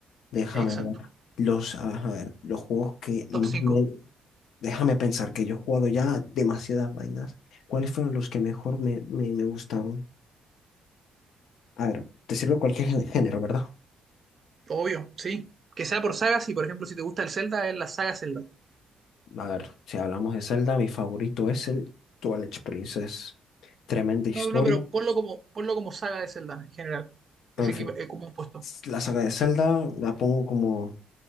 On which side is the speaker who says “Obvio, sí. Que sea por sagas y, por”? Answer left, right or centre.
Right